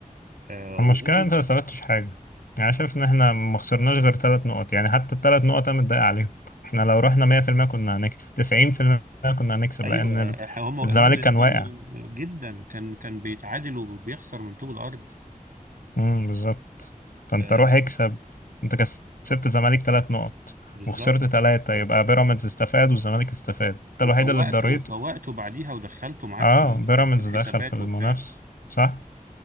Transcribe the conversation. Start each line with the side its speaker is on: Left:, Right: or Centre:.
Right: آه،
Left: المشكلة
Right: وغير
Left: انت ما ثبتش حاجة يعني شايف ان احنا ما خسرناش غير ثلاث نقط يعني حتى الثلاث نقط انا متضايق عليهم احنا لو رحنا 100% كنا هنكسب 90% كنا هنكسب
Right: ايوه
Left: لان ال-
Right: هم هم
Left: الزمالك كان واقع
Right: هم جدا كان كان بيتعادل وبيخسر من طوب الارض
Left: امم بالظبط فانت
Right: آه،
Left: روح اكسب انت كسبت الزمالك ثلاث نقط
Right: بالظبط
Left: وخسرت ثلاثة يبقى بيراميدز استفاد والزمالك استفاد انت
Right: وفوقته
Left: الوحيد اللي اتضريت
Right: فوقته بعديها ودخلته معاك
Left: اه
Right: في ال-
Left: بيراميدز
Right: في ال- في الحسابات
Left: دخل في المنافسة
Right: وبتاع
Left: صح